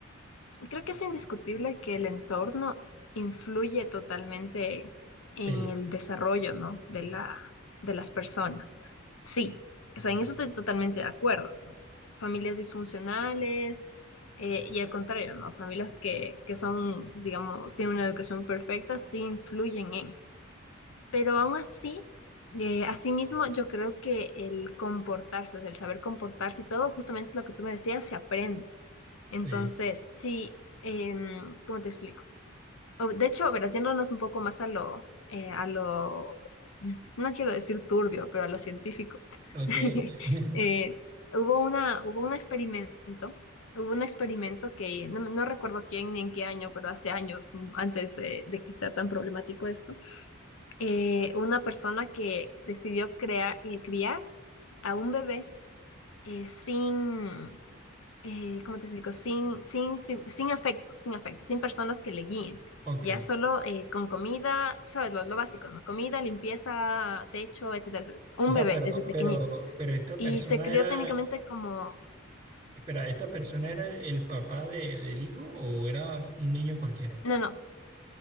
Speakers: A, on the left; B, on the right.
A: Creo que es indiscutible que el entorno influye totalmente
B: Sí,
A: en el desarrollo, ¿no? de las, de las personas. Sí, o sea, en eso estoy totalmente de acuerdo, ¿no? Familias disfuncionales eh, y al contrario, ¿no? Familias que, que son, digamos, tienen una educación perfecta, sí influyen en. Pero aún así, eh, asimismo, yo creo que el comportarse, o sea, el saber comportarse y todo, justamente lo que tú me decías, se aprende. Entonces,
B: sí,
A: sí, em, ¿cómo te explico? O- De hecho, ver, haciéndonos un poco más a lo, eh, a lo, no quiero decir turbio, pero a lo científico.
B: ok,
A: <laughs>
B: <laughs>
A: Eh, hubo una, hubo un experimento, hubo un experimento que no, no recuerdo quién ni en qué año, pero hace años mm, antes de, de que sea tan problemático esto, eh, una persona que decidió crear, eh, criar a un bebé eh, sin, eh, ¿cómo te explico? Sin, sin, fi- sin afecto, sin afecto, sin personas que le guíen.
B: ok.
A: Ya solo eh, con comida, sabes, lo, lo básico, ¿no? Comida, limpieza, techo, etcétera, etcétera. Un
B: O sea,
A: bebé
B: pero,
A: desde pequeñito.
B: pero, pero esta
A: Y
B: persona
A: se crió
B: era,
A: técnicamente como,
B: espera, ¿esta persona era el papá de, del hijo o era un niño cualquiera?
A: no, no,